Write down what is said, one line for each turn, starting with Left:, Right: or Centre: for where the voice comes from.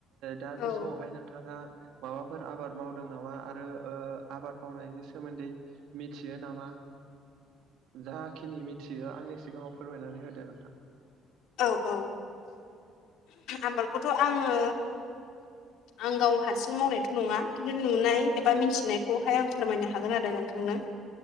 Right: दा
Left: औ
Right: बे समावहाय नोंथाङा। माबाफोर आबाद मावदों नामा आरो आबाद मावनायनि सोमोन्दै मिथियो नामा? जाखिनि मिथियो आंनि सिगाङाव फोरमायनानै होदो नोंथां।
Left: औ औ आबादखौथ' आङो
Right: <inaudible>
Left: आं गाव हारसिं मावनायथ' नङा खिन्थु नुनाय एबा मिथिनायखौहाय आं फोरमायनो हागोन आरो नोंथांनो।